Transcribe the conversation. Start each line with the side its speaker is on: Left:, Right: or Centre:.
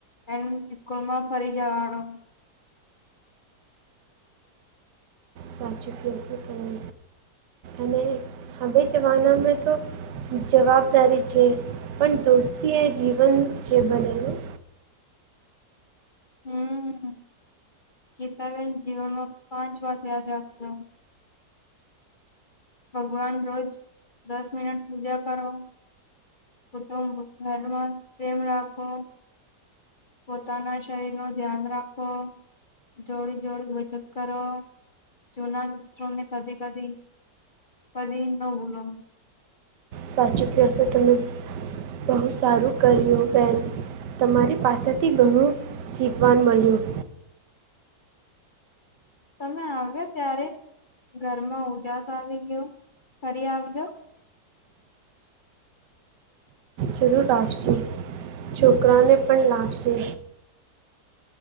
Left: એમ સ્કૂલ માં ફરી જવાનું.
Right: સાચુકશે તને અને હવે જવાનામાં તો જવાબદારી છે પણ દોસ્તી એ જીવન જે બનેલું.
Left: હમ્મ, ગીતાબેન જીવનમાં પાંચ વાત યાદ રાખજો. ભગવાન રોજ દસ મિનટ પૂજા કરો. કુટુંબ, ધર્મ, પ્રેમ રાખો. પોતાના શરીર નું ધ્યાન રાખો, જોડી જોડી બચત કરો. જૂના મિત્રોને કદી કદી કદી ન ભૂલો.
Right: સાચું કેશે તમે. બહુ સારું કર્યું બેન તમારી પાસેથી ઘણું શીખવાનું મળ્યું.
Left: અમે આવ્યા ત્યારે ઘરમાં ઉજાસ આવી ગયો, ફરી આવજો.
Right: જરૂર આપશે છોકરાને પણ લાવશે.